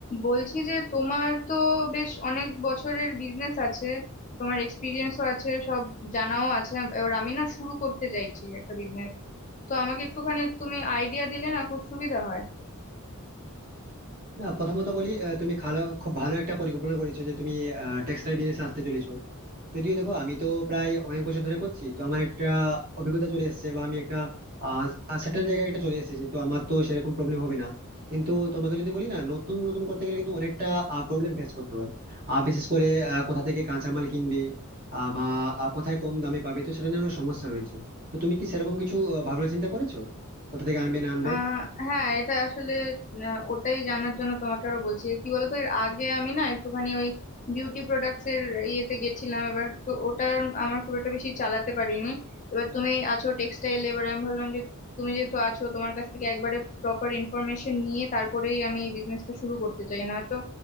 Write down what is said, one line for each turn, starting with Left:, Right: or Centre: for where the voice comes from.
Left: বলছি যে তোমার তো বেশ অনেক বছরের বিজনেস আছে তোমার এক্সপিরিয়েন্সও আছে সব জানাও আছে এবার আমি না শুরু করতে চাইছি একটা বিজনেস তো আমাকে একটুখানি তুমি আইডিয়া দিলে না খুব সুবিধা হয়
Right: না প্রথমত বলি আহ, তুমি ভালো খুব ভালো একটা পরিকল্পনা করেছো যে তুমি টেক্সটাইল বিজনেসে আসতে চলেছো যদিও দেখো আমি তো প্রায় অনেক বছর ধরে করছি তো আমার একটা অভিজ্ঞতা চলে এসেছে বা আমি একটা সেটেল জায়গায় একটা চলে এসেছি তো আমার তো সেরকম প্রবলেম হবে না কিন্তু তোমাকে যদি বলি না নতুন নতুন করতে গেলে কিন্তু অনেকটা প্রবলেম ফেস করতে হয় আর বিশেষ করে আহ, কোথা থেকে কাঁচামাল কিনবে আহ, বা আহ, কোথায় কম দামে পাবে তো সেটা নিয়ে অনেক সমস্যা রয়েছে তো তুমি কি সেরকম কিছু আহ, ভাবনা চিন্তা করেছো কোথা থেকে আনবে না আনবে
Left: আহ হ্যাঁ এটা আসলে আহ, ওটাই জানার জন্য তোমাকে আরো বলছি কি বলতো এর আগে আমি না একটুখানি ওই বিউটি প্রোডাক্টস এর ইয়েতে গেছিলাম এবার তো ওটার আমার খুব একটা বেশি চালাতে পারিনি এবার তুমি আছো টেক্সটাইল এবার আমি ভাবলাম যে তুমি যেহেতু আছো তোমার কাছ থেকে একবারে প্রপার ইনফরমেশন নিয়ে তারপরেই আমি বিজনেসটা শুরু করতে চাই না তো